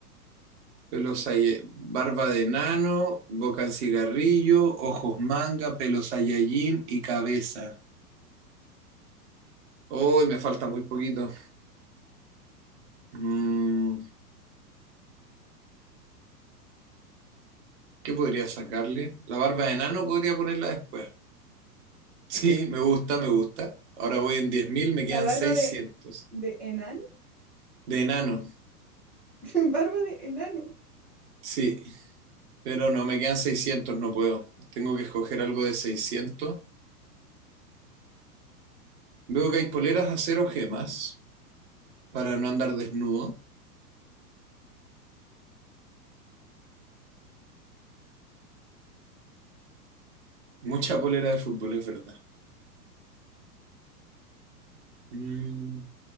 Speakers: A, on the right; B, in the centre.
A: pelos Saye- barba de nano, boca en cigarrillo, ojos manga, pelos Saiyajin y cabeza. Uy, me falta muy poquito. Mm, ¿qué podría sacarle? La barba de nano podría ponerla después. Sí, me gusta, me gusta. Ahora voy en 10.000, me quedan
B: la barba
A: 600.
B: de, de enano,
A: De enano,
B: <laughs> barba de enano.
A: sí, pero no, me quedan 600, no puedo. Tengo que escoger algo de 600. Veo que hay poleras de acero gemas para no andar desnudo. Mucha polera de fútbol, es verdad. Mm,